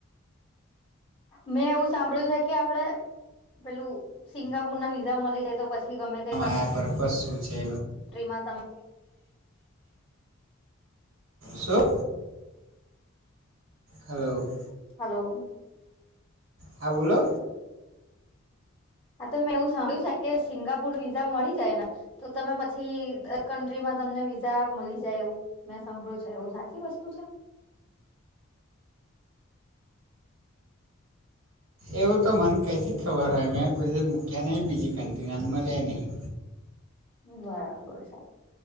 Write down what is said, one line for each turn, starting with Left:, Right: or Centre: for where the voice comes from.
Left: મેં એવું સાંભળ્યું છે કે, આપડે પેલું સિંગાપુર ના વિઝા મળી જાય, તો પછી ગમે તે
Right: આ પર્પસ શું છે?
Left: કન્ટ્રીમાં તમે
Right: શું? હાલો.
Left: હાલો.
Right: હા, બોલો‌.
Left: હા, તો મેં એવું સાંભળ્યું છે કે, સિંગાપુર વિઝા મળી. જાય ને, તો તમે પછી એ કન્ટ્રી માં તમને વિઝા રેવા મલી જાય, એવું મેં સાંભળ્યું છે, એવું સાચી વસ્તુ છે?
Right: એવું તો મને કંથી જ ખબર હોય, મેં કોઈ મૂક્યા નહીં, બીજી કન્ટીનર મલે ય નહીં.
Left: બરાબર.